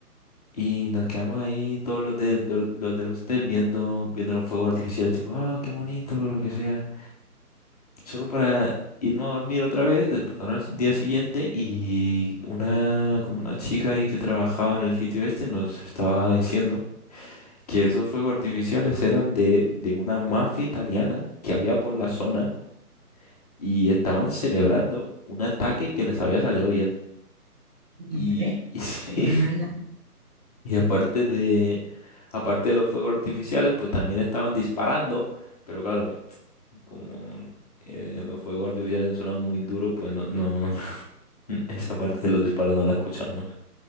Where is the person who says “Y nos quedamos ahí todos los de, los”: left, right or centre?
Left